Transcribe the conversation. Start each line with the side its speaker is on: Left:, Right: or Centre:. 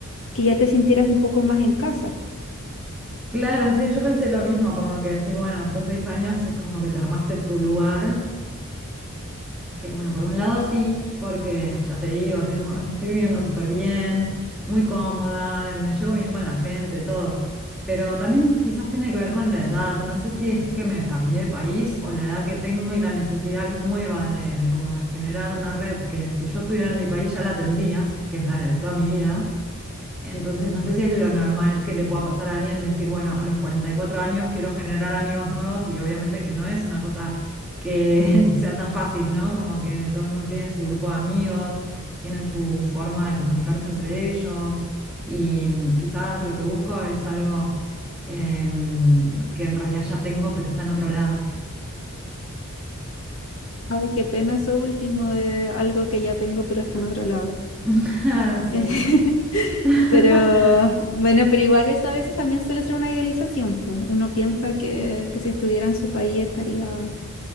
Left: que ya te sintieras un poco más en casa.
Centre: Claro, sí, yo pensé lo mismo, como que decís, bueno, después de seis años es como que te armaste tu lugar Que bueno, por un lado sí, porque ya te digo, tengo, estoy viviendo súper bien, muy cómoda, me llevo bien con la gente, todo. Pero también quizás tiene que ver con la edad. No sé si es que me cambié de país o la edad que tengo y la necesidad nueva de, de como de generar una red que si yo estuviera en mi país ya la tendría, que es la de toda mi vida. Entonces, no sé si es lo normal que le pueda pasar a alguien decir, bueno, a los 44 años quiero generar amigos nuevos y obviamente que no es una cosa que <laughs> sea tan fácil, ¿no? Como que todo el mundo tiene su grupo de amigos, tienen su forma de comunicarse entre ellos y mm, quizás lo que busco es algo em, que en realidad ya tengo, pero está en otro lado.
Left: Ay, qué pena eso último de algo que ya tengo, pero está en otro lado.
Centre: <laughs> Sí,
Left: <laughs>
Centre: <laughs>
Left: Pero bueno, pero igual eso a veces también suele ser una idealización, pues. Uno piensa que, que si estuviera en su país estaría,